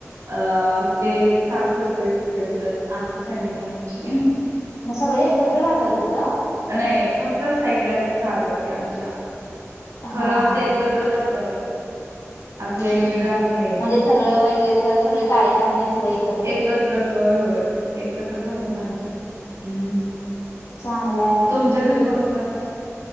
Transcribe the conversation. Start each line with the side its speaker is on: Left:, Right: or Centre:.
Right: अ ते एक सासू, सासरे सख्खे चुलत असं फॅमिली आहे आमची.
Left: मग सगळे एकत्र राहतात तिथं.
Right: नाही फक्तच साईडला राहतात ते आमच्या
Left: हा
Right: खरं
Left: हा
Right: असं एकत्र असं. असं वेगवेेगळं
Left: हम्म हम्
Right: असं नाही.
Left: म्हणजे सगळं वेगळं क सगळ कार्यक्रम ते सगळे एक
Right: एकत्रच होय होय एकत्रच
Left: हम्म
Right: असत्यात आमचे. हम्म
Left: चांगल आहे मग.
Right: तुमच्या घरी कोण कोण